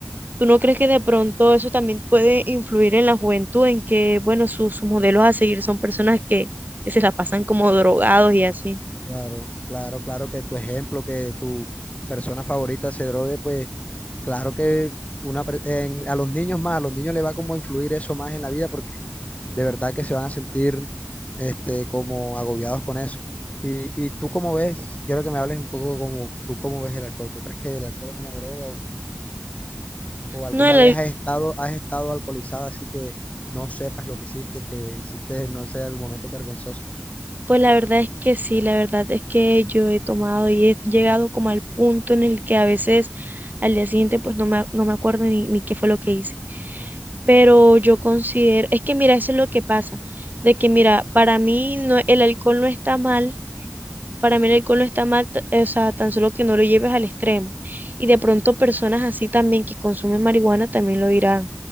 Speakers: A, on the right; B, on the left.
A: ¿Tú no crees que de pronto eso también puede influir en la juventud, en que, bueno, su- sus modelos a seguir son personas que, que se la pasan como drogados y así?
B: Claro, claro, claro que tu ejemplo, que tu persona favorita se drogue, pues claro que una, per- en- a los niños más, a los niños les va como a influir eso más en la vida porque de verdad que se van a sentir este, como agobiados con eso. Y, y tú cómo ves, quiero que me hables un poco como tú cómo ves el alcohol. ¿Tú crees que el alcohol es una droga ¿O alguna
A: No, la-
B: vez has estado, has estado alcoholizada así que no sepas lo que hiciste, que hiciste, no sé, algún momento vergonzoso?
A: pues la verdad es que sí, la verdad es que yo he tomado y he llegado como al punto en el que a veces al día siguiente pues no me, no me acuerdo ni, ni qué fue lo que hice. Pero yo considero, es que mira, eso es lo que pasa, de que mira, para mí no, el alcohol no está mal Para mí el alcohol no está mal, t- eh, o sea, tan solo que no lo lleves al extremo. Y de pronto personas así también que consumen marihuana también lo dirán.